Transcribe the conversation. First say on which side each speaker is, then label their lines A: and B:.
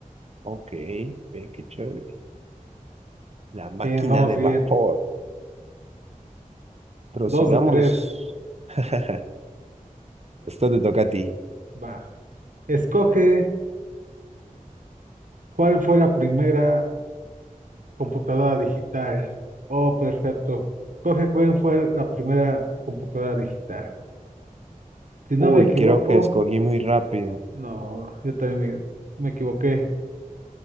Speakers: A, on the right; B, on the right.
A: Ok, ve qué chévere. La máquina
B: Bien, vamos
A: de
B: bien.
A: vapor. Prosigamos.
B: Dos de tres.
A: <laughs> Esto te toca a ti.
B: Va. Escoge cuál fue la primera Computadora digital. Oh, perfecto. Cogen fue la primera computadora digital. Si no
A: Uy,
B: me equivoco,
A: creo que escogí muy rápido.
B: no, yo también me, me equivoqué.